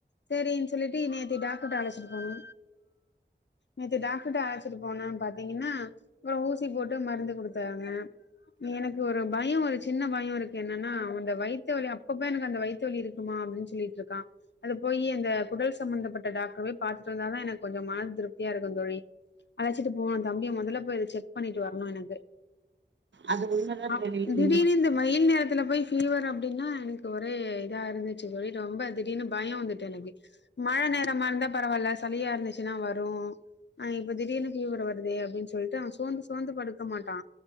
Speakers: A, on the left; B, on the right.
A: சேரின் சொல்லிட்டு நேத்து டாக்டர்ட்ட அழச்சிட்டுபோனோ நேத்து டாக்டர்ட்ட அழச்சிட்டு போனோ பாத்தீங்கன்னா அப்றோ ஊசி போட்டு மருந்து குடுத்தாங்க எனக்கு ஒரு பயோ ஒரு சின்ன பயோ இருக்கு என்னன்னா அவ அந்த வயித்த வலி அப் பப்ப எனக்கு அந்த வயித்து வலி இருக்கும்மா அப்டின் சொல்லிட்ருக்கா அது போயி அந்த குடல் சம்மந்தப்பட்ட டாக்டர போய் பாத்துட்டு வந்தா தா எனக் கொஞ்சோ மன திருப்தியா இருக்கு தோழி அழச்சிட்டு போனு தம்பிய மொதல்ல போய் செக் பண்ணிட்டு வர்ணு எனக்கு
B: அது உண்மதா
A: அப்
B: தோழி
A: திடீர்னு
B: நீங்க
A: இந்த வயில் நேரத்துல போய் ஃபீவர் அப்டின்னா எனக்கு ஒரே இதா இருந்துச்சி தோழி ரொம்ப திடீர்னு பயோ வந்துட்டு எனக்கு மழ நேரமா இருந்தா பரவால்ல சளியா இருந்துச்சின்னா வரு ஆ இப்போ திடீர்னு ஃபீவர் வருதே அப்டின் சொல்ட்டு அவ சோந்து சோந்து படுக்க மாட்டா